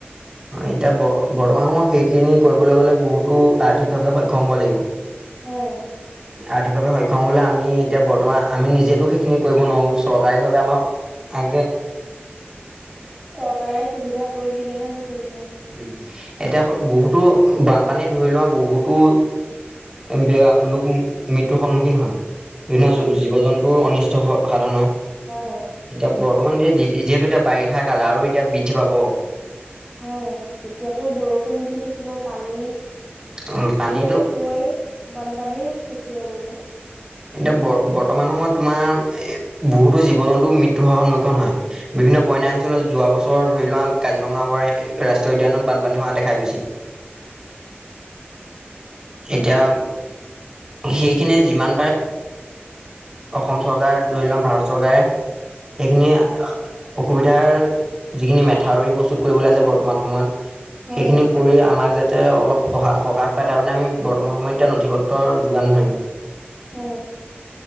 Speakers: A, on the right; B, in the centre.
A: এতিয়া ব বৰ্তমান সময়ত সেইখিনি কৰিবলৈ গলে বহুতো আৰ্থিকভাৱে সক্ষম হব লাগিব
B: হয় অ।
A: আৰ্থিকভাৱে সক্ষম হবলে আমি এতিয়া বৰ্তমান আমি নিজেতো সেইখিনি কৰিব নোৱাৰো চৰকাৰী ভাৱে আমাৰ আে
B: চৰকাৰে সুবিধা কৰি দিলেহে আমি কৰিব পাৰিম।
A: উ
B: হয়
A: এতিয়া বহুতো বানপানী ধৰি লোৱা বহুতো বেয়া লোক মৃত্যুৰ সন্মুখীন হয় বিভিন্ন
B: হয়
A: জীৱ জন্তুৰ অনিষ্ট সাধন হয়
B: হয়
A: এতিয়া বৰ্তমান যে যিহেতু এতিয়া বাৰিষা কাল আৰু এতিয়া বৃদ্ধি পাব
B: হয় অ এতিয়াতো বৰষুণ দি থাকিব পানী
A: উম, পানীতো
B: হৈ গৈ বানপানেই সৃষ্টি হবগে
A: এতিয়া বৰ বৰ্তমান সময়ত তোমাৰ এ বহুতো জী জন্তু মৃত্যু হ সন্মুখীন হয় বিভিন্ন
B: হয়
A: ব ইনা অঞ্চলত যোৱা বছৰ ধৰি লোৱা কাজিৰঙাবোৰে ৰাষ্ট্ৰীয় উদ্যানত বানপানী হোৱা দেখা গৈছিল। এতিয়া সেইখিনিয়ে যিমান অসম চৰকাৰ ধৰি ল ভাৰত গায় সেইখিনি অসুবিধাৰ যিখিনি মেথাউৰি প্ৰস্তুত কৰিবলৈ আছে বৰ্তমান সময়ত
B: হয়
A: সেইখিনি
B: হয়
A: কৰি আমাক যাতে অলপ স সকাহ পায় তাৰমানে আমি বৰ্তমান সময়ত এতিয়া নথি পত্ৰৰ যোগান ধৰিম
B: অ